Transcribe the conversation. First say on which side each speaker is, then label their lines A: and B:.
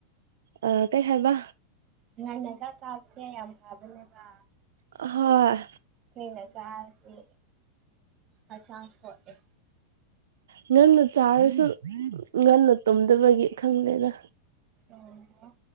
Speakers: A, on the right; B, on the right.
A: ꯑ ꯀꯩ ꯍꯥꯏꯕ
B: ꯉꯟꯅ ꯆꯥꯛ ꯆꯥꯕꯁꯦ ꯌꯥꯝ ꯐꯕꯅꯦꯕ
A: ꯍꯣꯏ
B: ꯊꯦꯡꯅ ꯆꯥꯔꯗꯤ ꯍꯛꯆꯥꯡ ꯁꯣꯛꯑꯦ
A: ꯉꯟꯅ ꯆꯥꯔꯁꯨ ꯉꯟꯅ ꯇꯨꯝꯗꯕꯒꯤ ꯈꯪꯗꯦꯗ
B: ꯑꯣ